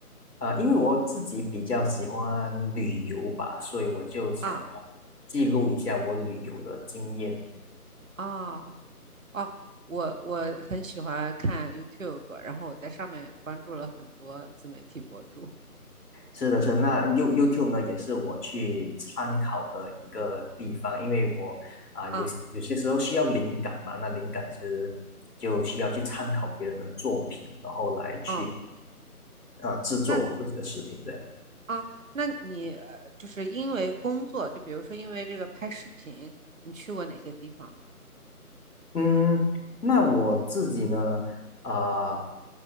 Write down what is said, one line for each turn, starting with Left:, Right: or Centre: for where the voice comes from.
Left: 呃，因为我自己比较喜欢旅游吧，所以我就想要
Right: 啊
Left: 记录一下我旅游的经验。
Right: 啊。哦哦，我我很喜欢看 YouTube，然后我在上面也关注了很多自媒体博主。
Left: 是的，是的那 You YouTube 呢，也是我去参考的一个地方，因为我啊、有些有些时候需要灵感嘛，
Right: 啊
Left: 那灵感其实就需要去参考别人的作品，然后来去
Right: 啊，
Left: 呃制作我自己的视频这样。
Right: 那啊，那你呃就是因为工作，就比如说因为这个拍视频，你去过哪些地方呢？
Left: 嗯，那我自己呢，呃，